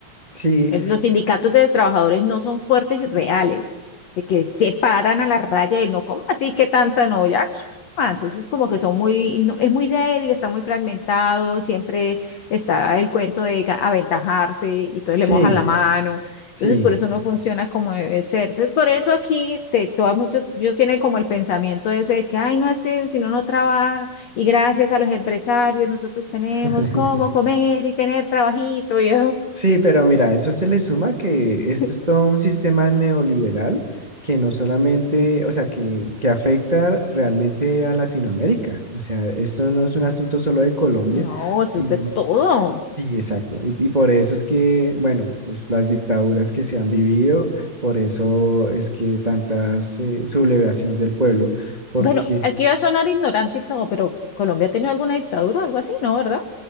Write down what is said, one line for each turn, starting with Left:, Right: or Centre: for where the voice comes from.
Right: sí,
Left: El- Los sindicatos de los trabajadores no son fuertes y reales, de que se paran a la raya y no, ¿cómo así que tanta no? Ya, ¿qué? Ah, entonces como que son muy, no- es muy débil, está muy fragmentado, siempre está el cuento de ga- aventajarse y entonces
Right: sí,
Left: le mojan la mano,
Right: sí.
Left: entonces por eso no funciona como debe ser. Entonces por eso aquí te, todas muchos, ellos tienen como el pensamiento ese de que, ay, no, es que si no, no trabaja y gracias a los empresarios nosotros tenemos
Right: <laughs>
Left: cómo comer y tener trabajito y...
Right: Sí, pero mira, eso se le suma que esto
Left: <laughs>
Right: es todo un sistema neoliberal que no solamente, o sea, que, que afecta realmente a Latinoamérica. O sea, esto no es un asunto solo de Colombia,
Left: No,
Right: sino...
Left: eso es de todo.
Right: Sí, exacto. Y, y por eso es que, bueno, pues las dictaduras que se han vivido, por eso es que tantas eh, sublevación del pueblo, porque
Left: Bueno, aquí va a sonar ignorante y todo, pero Colombia ha tenido alguna dictadura o algo así, ¿no? ¿Verdad?